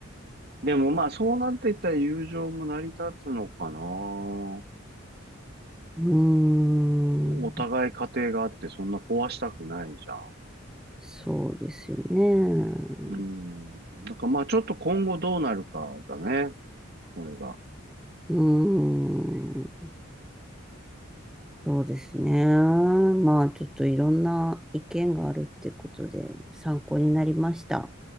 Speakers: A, on the right; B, in the centre.
A: でもまあそうなっていったら友情も成り立つのかな。お
B: うーん。
A: お互い家庭があってそんな壊したくないじゃ
B: そうですよね。
A: ん。うん。だからまあちょっと今後どうなるかだね。俺が。
B: うーん。そうですね。まあ、ちょっといろんな意見があるってことで参考になりました。